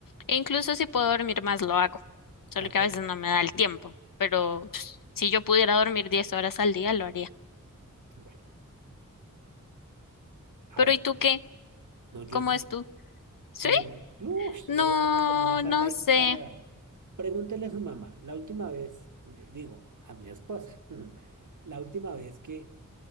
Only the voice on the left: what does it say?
E incluso si puedo dormir más, lo hago. Solo
que a veces no me da el tiempo. Pero pues, si yo pudiera dormir 10 horas al día, lo haría.
Pero
¿y tú qué?
¿Cómo es tú? Sí,
no,
no
sé.